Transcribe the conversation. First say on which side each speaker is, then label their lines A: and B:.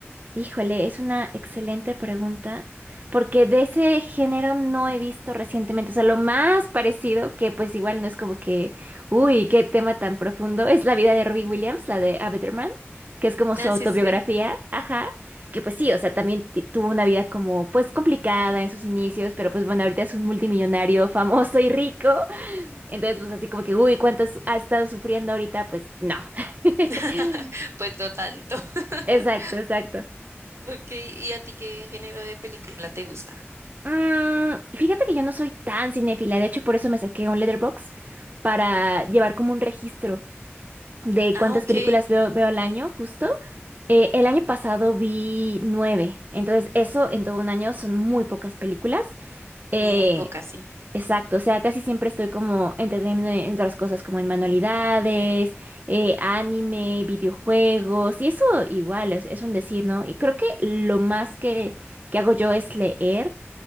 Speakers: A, on the right; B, on the right.
A: Híjole, es una excelente pregunta, porque de ese género no he visto recientemente, o sea, lo más parecido, que pues igual no es como que, uy, qué tema tan profundo, es la vida de Robbie Williams, la de A Better Man, que es como su
B: Ah,
A: autobiografía,
B: sí, sí, sí.
A: ajá, que pues sí, o sea, también ti- tuvo una vida como pues complicada en sus inicios, pero pues bueno, ahorita es un multimillonario famoso y rico, entonces pues así como que, uy, ¿cuántos ha estado sufriendo ahorita? Pues no. <laughs>
B: <laughs> Pues no tanto. <laughs>
A: Exacto, exacto.
B: Ok, ¿y a ti qué género de película te gusta?
A: Mm, fíjate que yo no soy tan cinéfila, de hecho por eso me saqué un Letterboxd para llevar como un registro de
B: Ah,
A: cuántas
B: ok,
A: películas veo, veo al año, justo. Eh, el año pasado vi nueve, entonces eso en todo un año son muy pocas películas. Eh,
B: muy poca, sí.
A: exacto, o sea, casi siempre estoy como entreteniéndome en otras cosas como en manualidades, eh, anime, videojuegos, y eso igual es, es un decir, ¿no? Y creo que lo más que, que hago yo es leer.